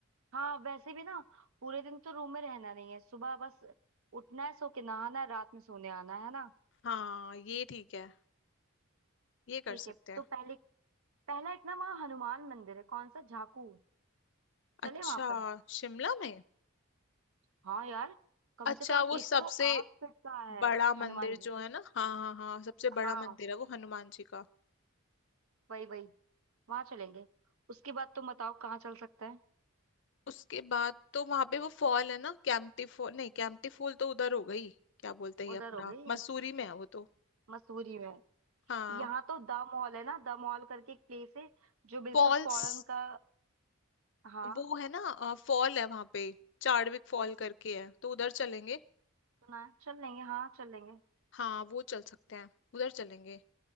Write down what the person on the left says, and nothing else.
हाँ ये ठीक है ये कर
सकते
हैं
अच्छा
शिमला में
अच्छा
वो
सबसे
बड़ा मंदिर
जो है ना हाँ हाँ हाँ सबसे
बड़ा मंदिर है वो हनुमान जी का
उसके बाद तो वहां पे वो फॉल है ना कैंपटी फॉल नहीं कैंपटी फॉल तो उधर हो गई क्या बोलते हैं ये
अपना
मसूरी में है वो तो
हाँ
फॉल्स
वो है ना फॉल है वहां पे चार्डविक फॉल करके है तो उधर चलेंगे
हाँ वो चल सकते हैं उधर चलेंगे